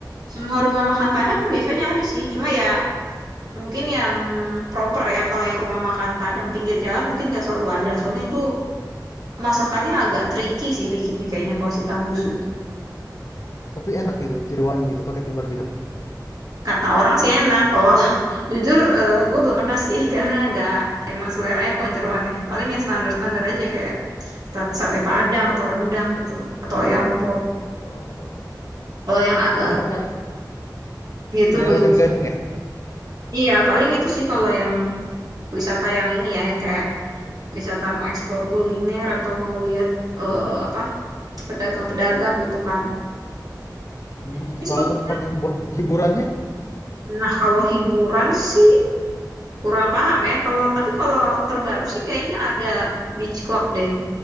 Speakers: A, on the right; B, on the left.
A: Semua rumah makan Padang biasanya ada sih, cuma ya mungkin yang proper ya. Kalau yang rumah makan Padang pinggir jalan mungkin nggak selalu ada. Soalnya itu masakannya agak tricky sih bikinnya kayaknya kalau si tambusu itu.
B: Tapi enak gitu, jeroan gitu pakai telur gitu.
A: Kata orang sih enak, kalau <laughs> jujur gue belum pernah sih <laughs> karena nggak emang seleranya bukan jeroannya. Paling yang standar-standar aja kayak sat- sate Padang atau rendang gitu atau ayam pop.
B: Oh,
A: Kalau yang agak
B: itu tempatnya
A: gitu
B: daerah
A: belum
B: Jam Gadang
A: sih.
B: ya?
A: Iya, paling itu sih kalau yang wisata yang ini ya, yang kayak wisata mau eksplor kuliner atau mau lihat eh, apa pedagang-pedagang gitu kan.
B: Hmm,
A: Tapi sebetulnya,
B: kalau tempat yang buat hiburannya,
A: nah kalau hiburan sih kurang paham ya. Kalau tapi kalau terbaru sih kayaknya ada beach club deh.